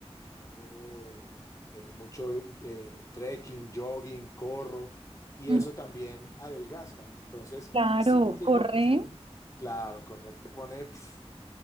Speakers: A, on the left (about 30°); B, on the right (about 55°).
A: hago eh, mucho eh, trekking, jogging, corro, y
B: ujú.
A: eso también adelgaza, entonces
B: Claro,
A: sí me siento,
B: corre.
A: me siento- claro, correr te pone... pf,